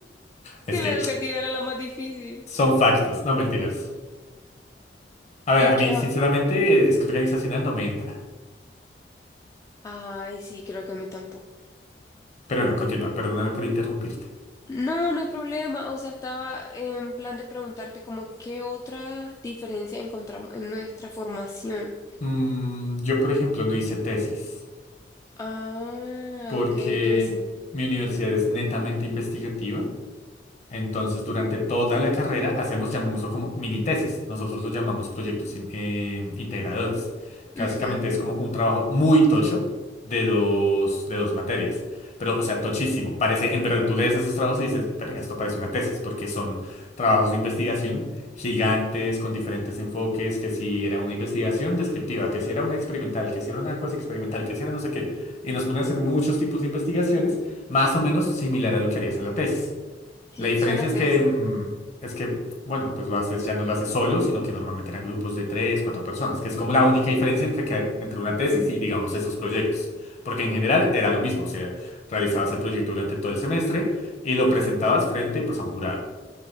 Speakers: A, on the left; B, on the left.
A: <laughs>
B: Es
A: que
B: que
A: la educativa era la más difícil.
B: son factos, no mentiras. A ver,
A: ¿Y
B: a
A: qué?
B: mí sinceramente
A: on-
B: es que organizacional no me entra.
A: Ay, sí, creo que a mí tampoco.
B: Pero no, continúa, perdóname por interrumpirte.
A: No, no hay problema, o sea, estaba en plan de preguntarte como qué otra diferencia encontramos en nuestra formación.
B: Mm, yo, por ejemplo, no hice tesis
A: Ah,
B: porque
A: ok, yo sí.
B: mi universidad es netamente investigativa Entonces, durante toda la carrera hacemos, llamémoslo como mini tesis. Nosotros lo llamamos proyectos in- eh, integradores, que básicamente
A: Ujú,
B: es como un trabajo muy tocho de dos, de dos materias. Pero, o sea, tochísimo. Parece, en verdad, tú lees esos trabajos y dices, verga, esto parece una tesis, porque son trabajos de investigación gigantes, con diferentes enfoques, que si era una investigación descriptiva, que si era una experimental, que si era una cuasi experimental, que si era no sé qué. Y nos ponen a hacer muchos tipos de investigaciones, más o menos similar a lo que harías en la tesis.
A: Sí,
B: La diferencia
A: suena
B: es
A: tesis.
B: que, mm, es que, bueno, pues lo haces, ya no lo haces solo, sino que normalmente eran grupos de tres, cuatro personas, que es como la única diferencia entre, que, entre una tesis y, digamos, esos proyectos. Porque en general era lo mismo, o sea, realizabas el proyecto durante todo el semestre y lo presentabas frente, pues, a un jurado.